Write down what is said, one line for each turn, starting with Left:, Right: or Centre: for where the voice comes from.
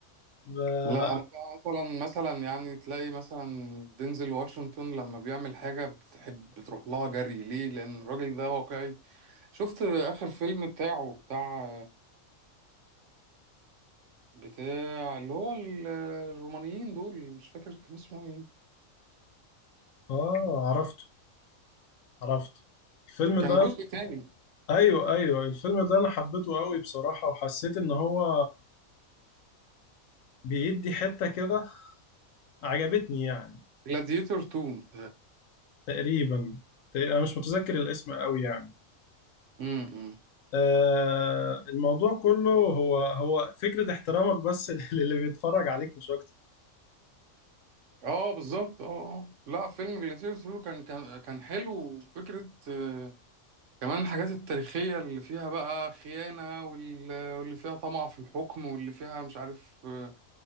Left: ف-
Right: لا انا بقى مثلا مثلا يعني تلاقي مثلا دينزل واشنطن لما بيعمل حاجه بتحب بتروح لها جري ليه لان الراجل ده واقعي شفت اخر فيلم بتاعه بتاع بتاع اللي هو ال- الرومانيين دول مش فاكر كان اسمه ايه
Left: اه عرفته عرفته الفيلم
Right: كان
Left: ده
Right: جزء تاني
Left: ايوه ايوه الفيلم ده انا حبيته قوي بصراحه وحسيت ان هو بيدي حته كده عجبتني يعني
Right: جلاديتور 2
Left: تقريبا تق- انا مش متذكر الاسم قوي يعني
Right: متهيألي
Left: آه الموضوع كله هو هو فكره احترامك بس <laughs> للي بيتفرج عليك مش اكتر
Right: اه بالظبط اه اه لا فيلم جلاديتور سولو كان كان كان حلو وفكرة آه، كمان الحاجات التاريخية اللي فيها بقى خيانة وال- واللي فيها طمع في الحكم واللي فيها مش عارف آه،